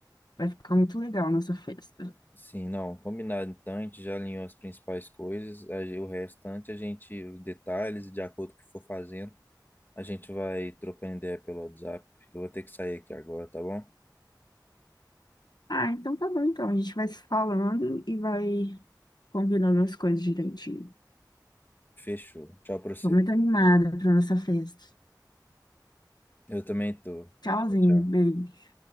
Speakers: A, on the left; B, on the left.
A: vai ficar muito legal a nossa festa.
B: Sim, não, combinado então, a gente já alinhou as principais coisas, a gen- o restante a gente, os detalhes, de acordo com o que for fazendo, a gente vai trocando ideia pelo WhatsApp. Eu vou ter que sair aqui agora, tá bom?
A: Ah, então tá bom, então. A gente vai se falando e vai combinando as coisas direitinho.
B: Fechou. Tchau pra você.
A: Tô muito animada pra nossa festa.
B: Eu também tô.
A: Tchauzinho,
B: Tchau, tchau.
A: beijo.